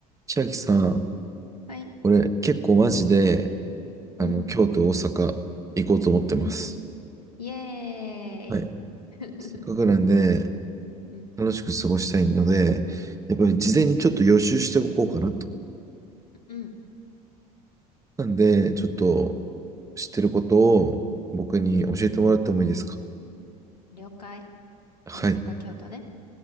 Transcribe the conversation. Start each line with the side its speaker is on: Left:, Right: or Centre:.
Right: 千秋さん、
Left: はい。
Right: 俺結構マジで、あの、
Left: うん、
Right: 京都、大阪行こうと思ってます。
Left: うん。イエ
Right: はい。
Left: ーイ。<laughs>
Right: せっかくなんで、
Left: うん、
Right: 楽しく過ごしたいので、やっぱり事前にちょっと予習しておこうかなと。
Left: うん、うん、
Right: なんで、ちょっと知ってることを僕に教えてもらってもいいですか
Left: うん。了解。
Right: はい。
Left: 大阪、京都ね。